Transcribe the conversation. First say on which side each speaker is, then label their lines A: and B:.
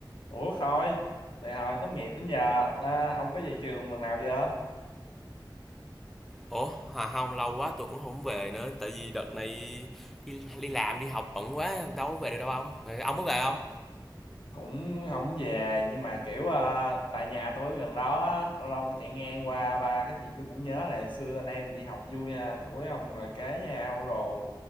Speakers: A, on the left; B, in the centre.
A: Ủa Khôi, từ hồi tốt nghiệp đến giờ à, ông có về trường lần nào chưa?
B: Ủa, Hà không lâu quá tôi cũng không về nữa tại vì đợt này đi, đi làm đi học bận quá đâu có về được đâu ông. Rồi ông có về không?
A: Cũng không về nhưng mà kiểu à, tại nhà tôi ở gần đó á, lâu lâu tôi chạy ngang qua ba cái chuyện tôi cũng nhớ là hồi xưa anh em mình đi học vui ha, tối ông ngồi kế nhau đồ.